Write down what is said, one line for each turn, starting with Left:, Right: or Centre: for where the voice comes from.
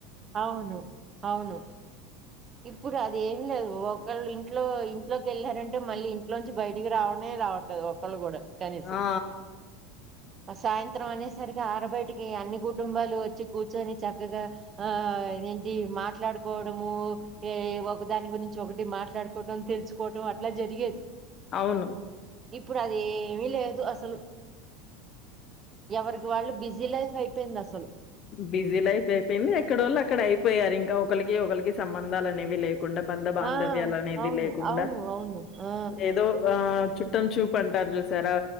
Right: అవును అవును ఇప్పుడు అదేం లేదు ఒకళ్ళు ఇంట్లో ఇంట్లోకి వెళ్ళారంటే మళ్ళీ ఇంట్లో నుంచి బయటికి రావనే రావట్లేదు ఒకళ్ళు కూడా కనీసం
Left: ఆ!
Right: సాయంత్రం అనేసరికి ఆర బయటికి అన్ని కుటుంబాలు వచ్చి కూర్చొని చక్కగా ఆ ఏంటి మాట్లాడుకోవడమూ ఏ ఒకదాని గురించి ఒకటి మాట్లాడుకోవటం తెలుసుకోవటం అట్లా జరిగేది
Left: అవును
Right: ఇప్పుడు అది ఏమి లేదు అసలు ఎవరికి వాళ్ళు బిజీ లైఫ్ అయిపోయింది అసలు
Left: బిజీ లైఫ్ అయిపోయింది ఎక్కడోళ్ళు అక్కడ అయిపోయారు ఇంకా ఒకరికి ఒకరికి సంబంధాలు అనేవి లేపో కుండ బంధ బాంధవ్యాలు
Right: ఆ
Left: అనేది
Right: అవును
Left: లేకుండా
Right: అవును అవును ఆ
Left: ఏదో ఆ చుట్టం చూపు అంటారు చూసారా